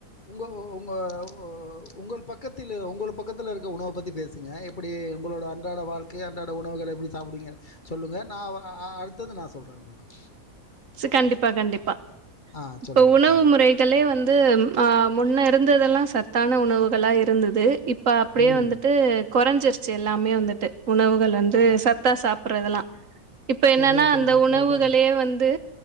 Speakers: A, on the left (about 35°); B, on the right (about 60°).
A: உங்க உங்க உங்கள் பக்கத்தில் உங்க பக்கத்துல இருக்க உணவை பத்தி பேசுங்க எப்படி உங்களோட அன்றாட வாழ்க்கை அன்றாட உணவுக எப்படி சாப்பிடுங்க சொல்லுங்க நான் அடுத்தது நான் சொல்றேன் உங்களுக்கு
B: ஸ் கண்டிப்பா கண்டிப்பா
A: ஆ சொல்லுங்கள்
B: ப்ப உணவு
A: சொல்லுங்கள்
B: முறைகளே
A: மேடம்
B: வந்து ம் ஆ முன்னே இருந்ததெல்லா சத்தான உணவுகளா இருந்துதூ இப் ப அப்டே
A: ம்
B: வந்துட்டூ கொறஞ்சீர்ச்சி எல்லாமே வந்துட்டூ உணவுகள் வந்து
A: ஆ
B: சத்தா சாப் புற இதெல்லா இப்பே என்னானா
A: சரியா சொன்னீங்க
B: அந்த உணவுகளே
A: கரெக்டானது.
B: வந்தூ